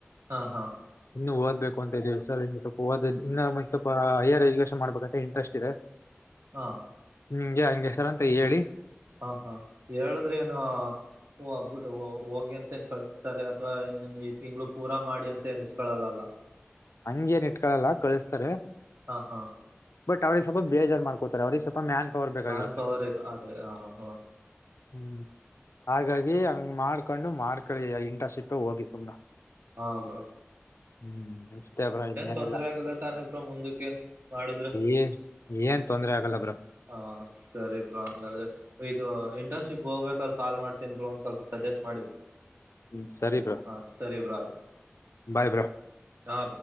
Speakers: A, on the right; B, on the left.
A: ಹಾ ಹಾ
B: ಇನ್ನು ಓದಬೇಕು ಅಂತ ಇದೀವಿ ಸರ್ ಇನ್ನು ಸ್ವಲ್ಪ ಓದ ಇನ್ನಂದ್ ಸ್ವಲ್ಪ ಹೈಯ ಎಜುಕೇಶನ್ ಮಾಡ್ಬೇಕೆ ಇಂಟ್ರೆಸ್ಟ್ ಇದೆ
A: ಹಾ
B: ನಿಂಗೆ ಹಂಗಗೆಸರ ಅಂತ ಹೇಳಿ
A: ಹಾ ಹಾ ಹೇಳುದ್ರ ಏನು ಬ ಹೋಗಿ ಅಂತ ನ್ ಕಳಸ್ತಾರೆ ಅಥವಾ ಏೇನ್ ಈ ತಿಂಗಳು ಪೂರಾ ಮಾಡಿ ಅಂತನ್ಸಸ್ಕೊಳ್ಳಲ್ಲಲ್ಲ
B: ಹಂಗ ಏನ್ ಇಟ್ಕಳಲ್ಲ ಕಳಿಸ್ತಾರೆ
A: ಹಾ ಹಾ
B: ಬಟ್ ಅವ್ರ ಸ್ವಬ ಬೇಜಾರ್ ಮಾಡ್ಕೋತ ಅವಿಗೆ ಮ್ಯಾನ್ ಪವರ್ ಬೇಕಾಗಿರುತ್ತೆ
A: ಮ್ಯಾನ್ ಪವರ್ ಇದೆ ಅದೇ ಹ ಹ ಹ
B: ಹ್ಮ್ ಹಾಗಾಗಿ ಹಂಗ್ ಮಾಡ್ಕೊಂಡು ಮಾಡ್ಕಳಿ ಇಂಟರ್ನ್ಶಿಪ್ ಹೋಗಿ ಸುಮ್
A: ಹಾ ಹಬ್ರ
B: ಹ್ಮ್ ಬ ಮತ್ತಬ್ರಾ ಇನ್ನೇನಿಲ್ಲ
A: ತೊಂದ್ರೆ ಆಗಲ್ಲ ತಾನೇ ಬ್ರೋ ಮುಂದಕ್ಕೆ ಮಾಡುದ್ರೆ
B: ಏ ಏನ್ ತೊಂದ್ರೆ ಆಗಲ್ಲ ಬ್ರ
A: ಹಾ ಸರಿ ಬ್ರೋ ಹಂಗಾದ್ರೆ ಇದು ಇಂಟರ್ನ್ಶಿಪ್ ಹೋಗ್ಬೇಕಾದ್ರ ಕಾಲ್ ಮಾಡ್ತಿದ್ರು ಒ್ಸ್ವಲ್ಪ ಸಜೆಸ್ಟ್ ಮಾಡಿದ್ರು
B: ಹ್ಮ್ ಸರಿ ಬ್ರೋ
A: ಹಾ ಸರಿ ಬ್ರಾಯ್
B: ಬಾಯ್ ಬ್ರೋ
A: ಹಾ